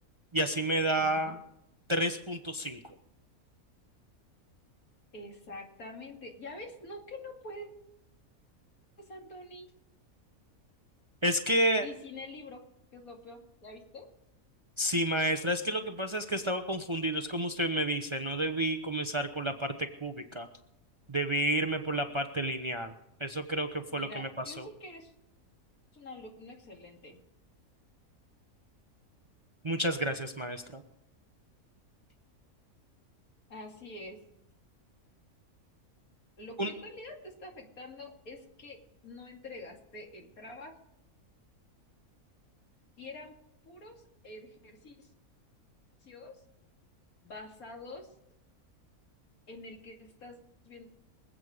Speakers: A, on the right (about 25°); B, on the left (about 75°).
A: y así me da
B: Ujú.
A: tres punto cinco.
B: Exactamente. ¿Ya ves? No que no puedes, Anthony.
A: Es que
B: Y sin el libro, que es lo peor. ¿Ya viste?
A: Sí, maestra, es que lo que pasa es que estaba confundido, es como usted me dice, no debí comenzar con la parte cúbica, debí irme por la parte lineal. Eso creo que fue
B: Mira,
A: lo que me pasó.
B: yo sé que eres un alumno excelente.
A: Muchas gracias, maestra.
B: Así es. Lo
A: Un...
B: que en realidad te está afectando es que no entregaste el trabajo y eran puros ejercicios ejercicios basados en el que estás viendo